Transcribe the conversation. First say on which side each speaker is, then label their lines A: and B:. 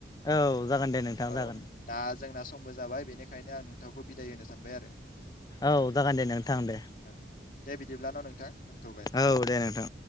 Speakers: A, on the left; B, on the left.
A: औ जागोन दे नोंथाङा
B: औ
A: जागोन
B: दा जोंना समबो जाबाय बेनिखायनो आं नोंथांखौ बिदाय होनो सानबाय आरो
A: औ जागोन दे नोंथां दे
B: औ दे बिदिबा बिदिब्लाना नोंथां दोनथ'बाय
A: औ दे नोंथां